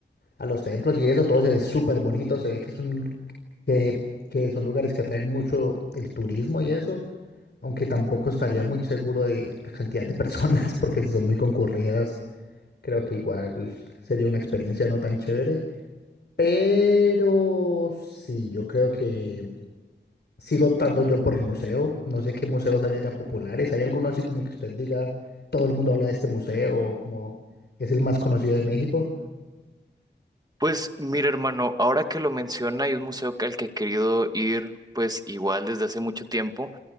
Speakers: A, on the left; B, on the right.
A: a los templos y eso, todo se ve súper bonito, se ve que es un, que, que son lugares que atraen mucho el turismo y eso, aunque tampoco estaría muy seguro de la cantidad de personas, <laughs> porque si son muy concurridas, creo que igual sería una experiencia no tan chévere, pero sí, yo creo que... Sigo optando yo por el museo. No sé qué museos hay allá populares. ¿Hay alguno así como que usted diga, todo el mundo habla de este museo, o como es el más conocido de México?
B: Pues mira, hermano, ahora que lo menciona, hay un museo que- al que he querido ir, pues igual desde hace mucho tiempo,